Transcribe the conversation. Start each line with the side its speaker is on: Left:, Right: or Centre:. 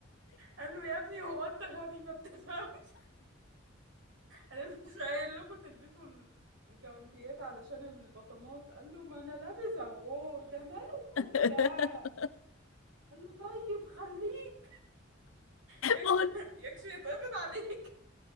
Right: قال له يا ابني هو انت غبي ما بتفهمش انا مش قايل لكم تلبسوا ال- الجوانتيات علشان البصمات قال له ما انا لابسه اهو ده ماله
Left: <laughs>
Right: ماله ده قال له طيب خليه يكشي
Left: ما هو
Right: يكشي يتقبض عليك